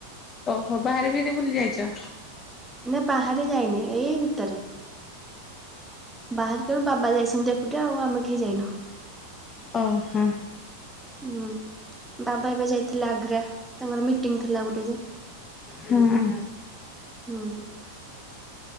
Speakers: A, on the left; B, in the centre.
A: ଓହୋ ବାହାରେ ବି ଯଦି ଭୁଲି ଯାଇଛ?
B: ନା ବାହାରେ ଯାଇନି, ଏଇ ଭିତରେ, ବାହାରେ ତେଣୁ ବାବା ଯାଇଛନ୍ତି ଏକୁଟିଆ ଆଉ ଆମେ କେହି ଯାଇନୁ।
A: ଓ ହ
B: ହୁଁ, ବାବା ଏବେ ଯାଇଥିଲେ ଆଗ୍ରା, ତାଙ୍କର ମିଟିଂ ଥିଲା ଗୋଟେ ଯେ
A: ହଁ ଅ
B: ହୁଁ ଉ